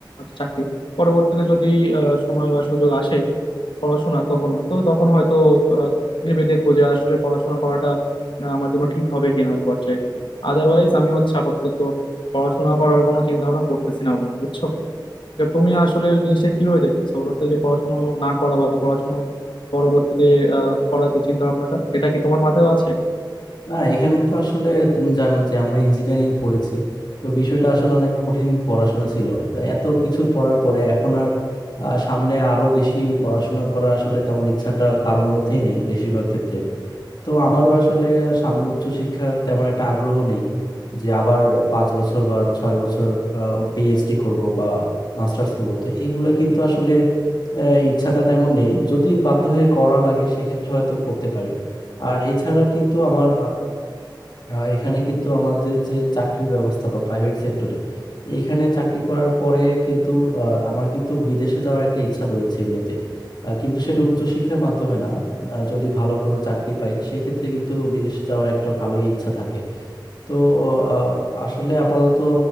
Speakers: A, on the left; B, on the left.
A: চাকরির পরবর্তীতে যদি আহ, সময় বা সুযোগ আসে পড়াশোনার কখনো তো তখন হয়তো আহ, ভেবে দেখবো যে আসলে পড়াশোনা করাটা আহ, আমার জন্য ঠিক হবে কিনা ওই পর্যায়ে গিয়ে আদারওয়াইজ আমি হচ্ছে আপাতত পড়াশোনা করার কোনো চিন্তা ভাবনা করতেছি না বন্ধু বুঝছো তো তুমি আসলে ওই জিনিসটা কিভাবে দেখতেছো বলো তো এই যে পড়াশোনা না করা বা পড়াশোনা পরবর্তীতে আহ, করার যে চিন্তা ভাবনাটা এটা কি তোমার মাথায় আছে
B: না এখানে তো আসলে তুমি জানো যে আমরা ইঞ্জিনিয়ারিং পড়েছি তো বিষয়টা আসলে অনেক কঠিন পড়াশোনা ছিল তো এত কিছু পড়ার পরে এখন আর আহ, সামনে আরো বেশি পড়াশোনা করার আসলে তেমন ইচ্ছাটা কারোর মধ্যেই নেই বেশিরভাগ ক্ষেত্রে তো আমারও আসলে সামনে উচ্চশিক্ষার তেমন একটা আগ্রহ নেই যে আবার পাঁচ বছর বা ছয় বছর পিএইচডি করব বা মাস্টার্স করব তো এইগুলো কিন্তু আসলে আহ, ইচ্ছাটা তেমন নেই যদি বাধ্য হয়ে করা লাগে সেক্ষেত্রে হয়তো করতে পারি আর এছাড়া কিন্তু আমার আহ এখানে কিন্তু আমাদের যে চাকরির ব্যবস্থা বা প্রাইভেট সেক্টরে এখানে চাকরি করার পরে কিন্তু আহ, আমার কিন্তু বিদেশে যাওয়ার একটা ইচ্ছা রয়েছে এমনিতে আহ, কিন্তু সেটা উচ্চশিক্ষার মাধ্যমে না আহ, যদি ভালো কোনো চাকরি পাই সেক্ষেত্রে কিন্তু বিদেশে যাওয়ার একটা ভালোই ইচ্ছা থাকে তো আহ, আসলে আপাতত